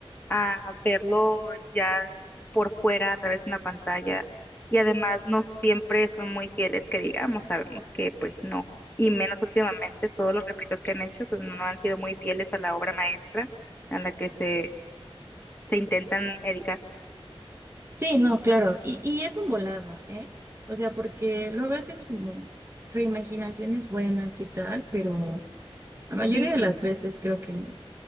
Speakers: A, on the left (about 20°); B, on the right (about 25°).
A: a verlo ya por fuera a través de una pantalla. Y además no siempre son muy fieles, que digamos, sabemos que pues no. Y menos últimamente, todos los refritos que han hecho pues no no han sido muy fieles a la obra maestra a la que se, se intentan dedicar.
B: Sí, no, claro, y, y es un volado, ¿eh? O sea, porque luego hacen como reimaginaciones buenas y tal, pero la mayoría
A: Sí,
B: de las veces creo que no.